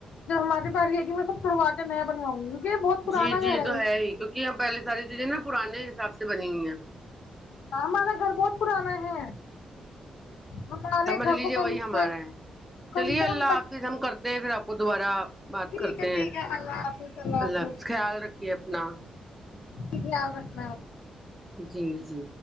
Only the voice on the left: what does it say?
جو ہمارے پس یہ ہے کہ میں سب پروازہ نیا بنوؤں گی یہ بہت پرانا
گھر
ہمارا گھر بہت پرانا ہے ہمارے
گھر
کو کم
سے
کم
سے
کم
ٹھیک
ہے ٹھیک
ہے اللہ حافظ
حافظ
بت ن